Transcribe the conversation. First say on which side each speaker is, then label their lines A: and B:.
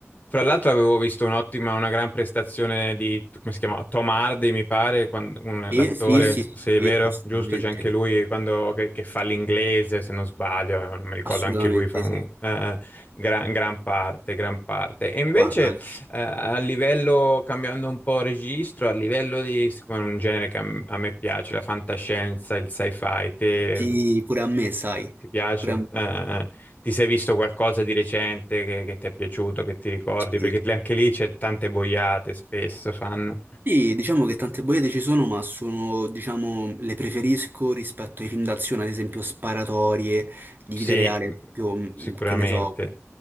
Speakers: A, on the left (about 35°); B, on the right (about 45°).
A: Fra l'altro avevo visto un'ottima, una gran prestazione di, come si chiama? Tom Hardy, mi pare, quando- un-
B: Sì,
A: l'attore,
B: sì, sì, sì,
A: se è
B: sì,
A: vero,
B: assolutamente,
A: giusto, c'è anche lui quando- che, che fa l'inglese, se non sbaglio, eh, non mi ricordo,
B: assolutamente
A: anche lui fa un,
B: sì.
A: eh, gran, gran parte, gran parte. E invece,
B: Guarda,
A: eh, a livello, cambiando un po' registro, a livello di, siccome è un genere che a, m- a me piace, la fantascienza, il sci-fi, te-
B: sì, pure a me, sai,
A: ti piace?
B: pure a me.
A: Eh, eh, ti sei visto qualcosa di recente che, che ti è piaciuto, che ti ricordi?
B: Sì.
A: Perché anche lì c'è tante boiate, spesso fanno.
B: Sì, diciamo che tante bollette ci sono, ma sono, diciamo, le preferisco rispetto ai film d'azione, ad esempio Sparatorie, di
A: Sì,
B: vita reale,
A: mh,
B: ad esempio, mh,
A: sicuramente.
B: che ne so,